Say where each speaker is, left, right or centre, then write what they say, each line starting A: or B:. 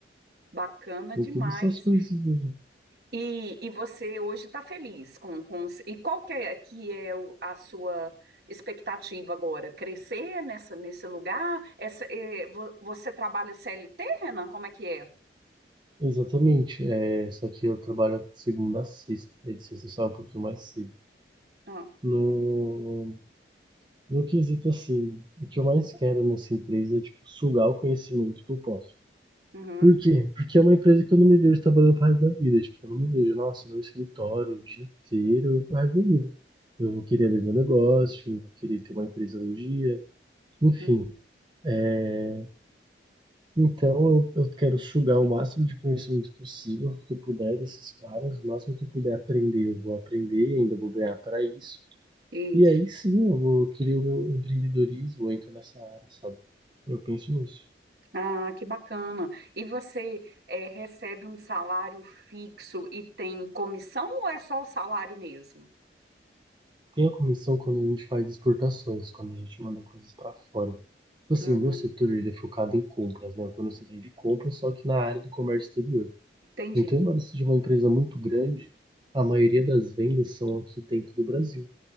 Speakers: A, on the right; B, on the right.
A: Bacana
B: Tem
A: demais.
B: todas essas coisinhas. né?
A: E, e você hoje está feliz com, com... E qual que é, que é o- a sua expectativa agora? Crescer nessa, nesse lugar? Essa, é, vo- você trabalha CLT, Renan? Como é que é?
B: Exatamente. É, só que eu trabalho segunda a sexta. É de sexta sai um pouquinho mais cedo.
A: Ah,
B: No, no quesito assim, o que eu mais quero nessa empresa é tipo, sugar o conhecimento que eu posso.
A: uhum,
B: Por quê? Porque é uma empresa que eu não me vejo trabalhando pro resto da vida. Tipo, eu não me vejo, nossa, no escritório o dia inteiro pro resto da vida. Eu vou querer abrir meu negócio, eu vou querer ter uma empresa um dia, enfim.
A: uhum,
B: É... Então eu, eu quero sugar o máximo de conhecimento possível que eu puder desses caras, o máximo que eu puder aprender, eu vou aprender e ainda vou ganhar para isso.
A: isso.
B: E aí sim, eu vou querer o meu empreendedorismo, eu entro nessa área, sabe? Eu penso nisso.
A: Ah, que bacana. E você é, recebe um salário fixo e tem comissão ou é só o salário mesmo?
B: Tem a comissão quando a gente faz exportações, quando a gente manda coisas para fora. Tipo Assim,
A: Hum,
B: o meu setor ele é focado em compras, né? Eu tô no setor de compras, só que na área do comércio exterior.
A: entendi.
B: Então, embora seja uma empresa muito grande, a maioria das vendas são aqui dentro do Brasil,